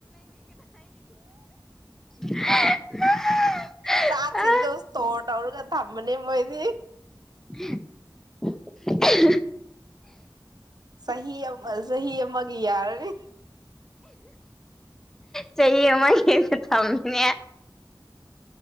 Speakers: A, in the centre; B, on the right (about 55°).
A: <unintelligible>
B: ꯆꯥꯛ
A: ꯑ
B: ꯁꯤꯡꯗꯣ ꯁ꯭ꯇꯣꯔ ꯇꯧꯔꯒ ꯊꯝꯕꯅꯦ ꯃꯣꯏꯗꯤ
A: <unintelligible>
B: ꯆꯍꯤ ꯑꯝ ꯆꯍꯤ ꯑꯃꯒꯤ ꯌꯥꯔꯅꯤ
A: ꯆꯍꯤ ꯑꯃꯒꯤ ꯁꯝꯅꯦ